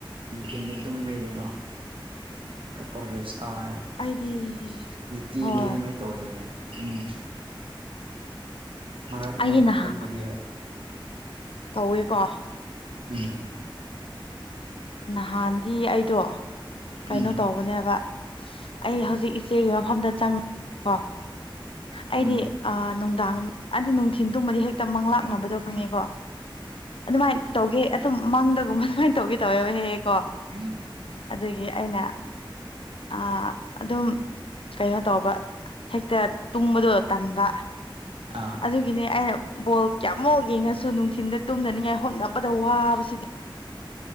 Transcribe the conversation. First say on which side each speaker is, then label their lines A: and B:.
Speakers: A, on the right (about 75°); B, on the left (about 85°).
A: ꯅꯨꯡꯊꯤꯜꯗ ꯇꯝꯕꯩꯗꯤꯀꯣ꯫ <unintelligible>
B: ꯑꯩꯗꯤ
A: ꯅꯤꯇꯤꯒꯤꯗꯤ
B: ꯍꯣꯏ
A: ꯑꯗꯨꯃꯥꯏ ꯇꯧꯗꯦꯗ ꯇꯨꯝꯃꯁꯤ꯫ ꯃꯥꯔꯛ
B: ꯑꯩꯗꯤ
A: ꯃꯥꯔꯛ
B: ꯅꯍꯥꯟ
A: ꯇꯥꯕꯨꯗꯤ ꯍꯣꯏ꯫
B: ꯇꯧꯋꯦꯀꯣ꯫
A: ꯎꯝ꯫
B: ꯅꯍꯥꯟꯗꯤ ꯑꯩꯗꯣ ꯀꯩꯅꯣ
A: ꯎꯝ
B: ꯇꯧꯕꯅꯦꯕ꯫ ꯑꯩ ꯍꯧꯖꯤꯛ ꯏꯆꯦꯒꯤ ꯃꯐꯝꯗ ꯆꯪ ꯀꯣ ꯑꯩꯗꯤ꯫
A: ꯎꯝ
B: ꯑꯥ ꯅꯨꯡꯗꯥꯡ ꯑꯗꯨ ꯅꯨꯡꯊꯤꯟ ꯇꯨꯝꯕꯗꯤ ꯍꯦꯛꯇ ꯃꯪꯂꯥꯛꯅꯕꯗꯣ
A: ꯑꯥ
B: ꯈꯪꯉꯦꯀꯣ ꯑꯗꯨꯃꯥꯏꯅ ꯇꯧꯒꯦ ꯑꯗꯨꯝ ꯃꯥꯡꯗꯒꯨꯝꯕ ꯑꯗꯨꯃꯥꯏꯅ ꯇꯧꯒꯦ ꯇꯧꯋꯦꯕ ꯍꯦꯛ ꯍꯦꯛ꯫ ꯀꯣ
A: ꯍꯣꯏ
B: ꯑꯗꯨꯒꯤ ꯑꯩꯅ꯫ ꯑꯥ ꯑꯗꯨꯝ ꯀꯩꯅꯣ ꯇꯧꯕ ꯍꯦꯛꯇ ꯇꯨꯝꯕꯗꯣ ꯇꯟꯕ꯫
A: ꯑꯥ꯫
B: ꯑꯗꯨꯒꯤꯅꯤ ꯑꯩꯅ ꯕꯣꯜ ꯀꯌꯥꯃꯨꯛ ꯌꯦꯡꯉꯁꯨ ꯅꯨꯡꯊꯤꯟꯗ ꯇꯨꯝꯅꯅꯤꯡꯉꯥꯏ ꯍꯣꯠꯅꯕꯗ ꯋꯥꯕꯁꯤꯗꯤ꯫